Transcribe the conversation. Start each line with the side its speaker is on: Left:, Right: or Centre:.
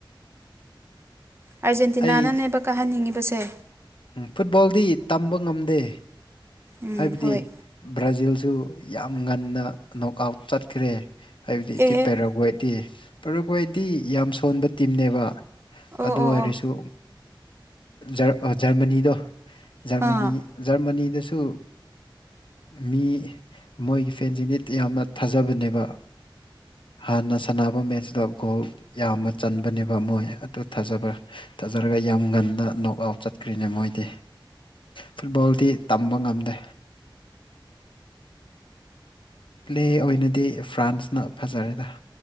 Right: ꯑꯥꯔꯖꯦꯟꯇꯤꯅꯥ
Left: ꯑꯩ
Right: ꯅꯅꯦꯕ ꯀꯥꯍꯟꯅꯤꯡꯉꯤꯕꯁꯦ
Left: ꯎꯝ ꯐꯨꯠꯕꯣꯜꯗꯤ ꯇꯝꯕ ꯉꯝꯗꯦ
Right: ꯎꯝ
Left: ꯍꯥꯏꯕꯗꯤ
Right: ꯍꯣꯏ
Left: ꯕ꯭ꯔꯥꯖꯤꯜꯁꯨ ꯌꯥꯝ ꯉꯟꯅ ꯅꯣꯛ ꯑꯥꯎꯠ ꯆꯠꯈ꯭ꯔꯦ ꯍꯥꯏꯕꯗꯤ
Right: ꯑꯦꯍꯦ
Left: ꯏꯤ ꯄꯦꯔꯥꯒꯋꯦꯗꯤ ꯄꯦꯔꯥꯒꯣꯏꯗꯤ ꯌꯥꯝ ꯁꯣꯟꯕ ꯇꯤꯝꯅꯦꯕ
Right: ꯑꯣ
Left: ꯑꯗꯨ
Right: ꯑꯣ
Left: ꯑꯣꯏꯔꯁꯨ
Right: ꯑꯣ
Left: ꯖꯔꯃꯅꯤꯗꯣ ꯖꯔꯃꯅꯤ
Right: ꯑꯥ
Left: ꯖꯔꯃꯅꯤꯗꯁꯨ ꯃꯤ ꯃꯣꯏꯒꯤ ꯐꯦꯟꯁꯤꯡꯗꯤ ꯌꯥꯝꯅ ꯊꯥꯖꯕꯅꯦꯕ ꯍꯥꯟꯅ ꯁꯥꯟꯅꯕ ꯃꯦꯠꯆꯇ ꯒꯣꯜ ꯌꯥꯝꯅ ꯆꯟꯕꯅꯦꯕ ꯃꯣꯏ ꯑꯗꯨ ꯊꯥꯖꯕ ꯊꯥꯖꯔꯒ ꯌꯥꯝ ꯉꯟꯅ ꯅꯣꯛ ꯑꯥꯎ ꯆꯠ ꯀ꯭ꯔꯤꯅ ꯑꯣꯏꯗꯦ ꯐꯨꯠꯕꯣꯜꯗꯤ ꯇꯝꯕ ꯉꯝꯗꯦ ꯄ꯭ꯂꯦ ꯑꯣꯏꯅꯗꯤ ꯐ꯭ꯔꯥꯟꯁꯅ ꯐꯖꯔꯦꯗ